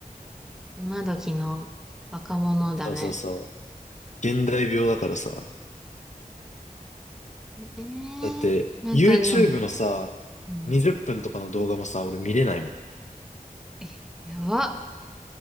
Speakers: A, in the centre; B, on the left.
A: 今時の若者だね。
B: そうそうそう。現代病だからさ。
A: ええ
B: だって、
A: ーなんかでも、
B: YouTube のさ、
A: うん。
B: 20分とかの動画もさ、俺見れないもん。
A: え、やば。